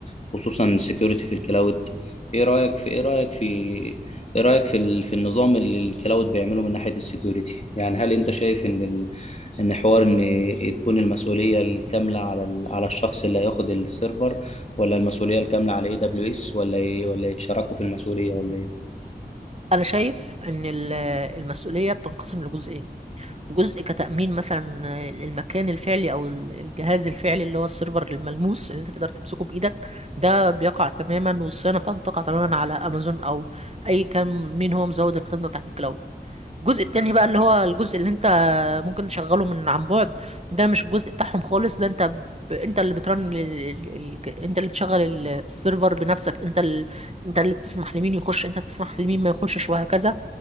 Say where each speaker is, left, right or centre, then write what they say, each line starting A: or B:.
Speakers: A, on the left; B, on the right.
A: خصوصا السكيورتي في الكلاود ايه رايك في ايه رايك في ايه رايك في ال... في النظام اللي الكلاود بيعمله من ناحيه السكيورتي يعني هل انت شايف ان ال... ان حوار ان تكون المسؤوليه الكامله على ال... على الشخص اللي هياخد السيرفر ولا المسؤوليه الكامله على اي دبليو اس ولا ي... ولا يتشاركوا في المسؤوليه ولا ايه
B: انا شايف ان ال- المسؤوليه بتنقسم لجزئين جزء كتامين مثلا المكان الفعلي او ال- الجهاز الفعلي اللي هو السيرفر الملموس اللي انت تقدر تمسكه بايدك ده بيقع تماما والصيانه بتاعته بتقع تماما على امازون او اي كان مين هو مزود الخدمه بتاعت الكلاود الجزء التاني بقى اللي هو الجزء اللي انت ممكن تشغله من عن بعد ده مش الجزء بتاعهم خالص ده انت ب... انت اللي بترن ال... ال... ال- انت اللي بتشغل ال- السيرفر بنفسك انت ال... انت اللي بتسمح لمين يخش انت بتسمح لمين ما يخشش وهكذا